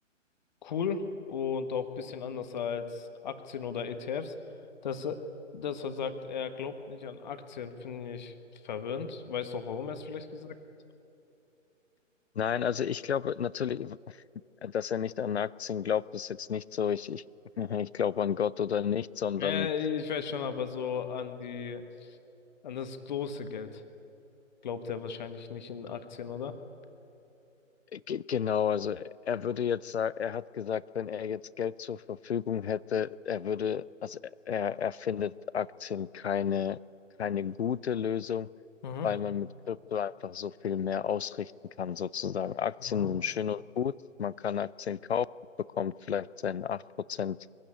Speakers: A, on the left; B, on the left.
A: cool und auch ein bisschen anders als Aktien oder ETFs. Dass er, dass er sagt, er glaubt nicht an Aktien, finde ich verwirrend. Weißt du auch, warum er es vielleicht gesagt hat?
B: Nein, also ich glaube natürlich, dass er nicht an Aktien glaubt, ist jetzt nicht so, ich, ich, <laughs> ich glaube an Gott oder nicht, sondern
A: Ja, ich weiß schon, aber so an die, an das große Geld glaubt er wahrscheinlich nicht in Aktien, oder?
B: ge- genau, also er würde jetzt sagen, er hat gesagt, wenn er jetzt Geld zur Verfügung hätte, er würde, also er, er findet Aktien keine, keine gute Lösung,
A: Mhm.
B: weil man mit Krypto einfach so viel mehr ausrichten kann, sozusagen. Aktien
A: Mhm.
B: sind schön und gut, man kann Aktien kaufen, bekommt vielleicht seinen 8%